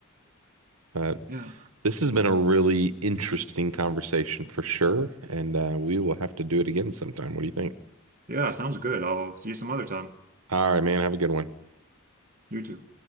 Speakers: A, on the right (about 90°); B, on the right (about 40°).
A: But
B: Yeah.
A: this has been a really interesting conversation for sure. And uh, we will have to do it again sometime. What do you think?
B: Yeah, sounds good. I'll see you some other time.
A: All right, man. Have a good one.
B: You too.